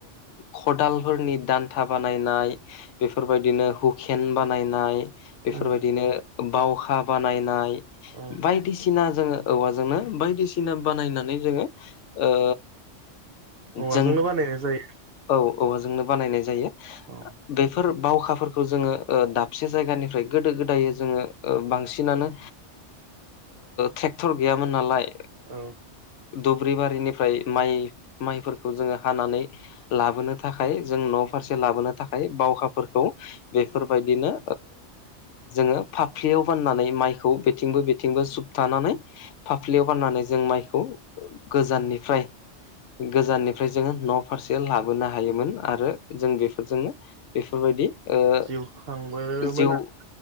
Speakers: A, on the left; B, on the right.
A: खदालफोरनि दान्था बानायनाय बेफोरबायदिनो हुकेन बानायनाय बेफोरबायदिनो
B: उम
A: बावखा बानायनाय
B: औ
A: बाय दिसिना जोङो औवाजोंनो बायदिसिना बानायनानै जोङो ओ
B: औवाजोंनो
A: जों
B: बानायनाय जायो।
A: औ औवाजोंनो बानायनाय जायो
B: औ
A: बेफोर बावखाफोरखौ जोङो दाबसे जायगानिफ्राय गोदो गोदायै जोङो बांसिनानो ट्रेक्टर गैयामोन नालाय
B: औ
A: दुब्रिबारिनिफ्राय माइ माइ जोङो हानानै लाबोनो थाखाय जों न' फारसे लाबोनो थाखाय बावखाफोरखौ बेफोरबायदिनो जोङो फाफ्लियाव बाननानै माइखौ बेथिंबो बेथिंबो सोबथानानै फाफ्लियाव गाननानै जों माइखौ गोजाननिफ्राय गोजाननिफ्राय ओमफ्राय जोङो न' फारसे लाबोनो हायोमोन आरो जों बेफोरजोंनो बेफोरबायदि ओ
B: जिउ खांबोमोन
A: जिउ
B: आ